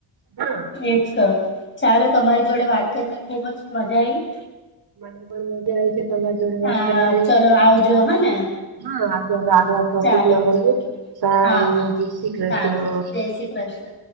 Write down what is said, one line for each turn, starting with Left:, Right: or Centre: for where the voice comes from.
Right: હા.
Left: એજ કર ચાલો તમારી જોડે વાત કરીને ખુબ જ મજા આવી.
Right: મને પણ મજા આવી છે તમારા જોડે વાત
Left: હા
Right: કરવાની,
Left: ચલો આવજો
Right: આગળ
Left: હા ને
Right: હા આજે આગલા ટોપિકમાં
Left: ચાલો
Right: સારું
Left: હા હા
Right: જ શ્રી કૃષ્ણ.
Left: સારું જય શ્રી કૃષ્ણ